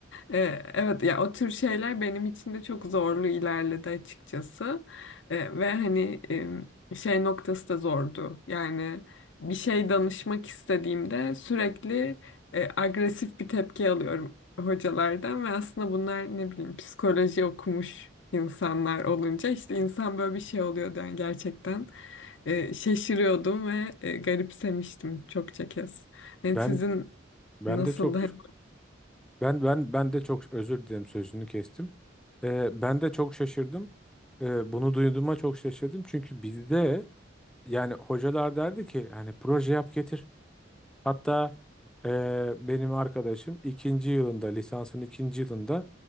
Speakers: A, on the left; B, in the centre.
A: E, evet ya o tür şeyler benim için de çok zorlu ilerledi açıkçası. E, ve hani e, şey noktası da zordu. Yani bir şey danışmak istediğimde sürekli e, agresif bir tepki alıyorum hocalardan ve aslında bunlar ne bileyim psikoloji okumuş insanlar olunca işte insan böyle bir şey oluyordu yani gerçekten e, şaşırıyordum ve e, garipsemiştim çokça kez. Yani
B: Ben
A: sizin
B: ben
A: nasıldı?
B: de çok
A: Hani
B: ben ben ben de çok özür dilerim sözünü kestim. E, ben de çok şaşırdım. E, bunu duyduğuma çok şaşırdım çünkü bizde yani hocalar derdi ki hani proje yap getir. Hatta eee, benim arkadaşım ikinci yılında, lisansın ikinci yılında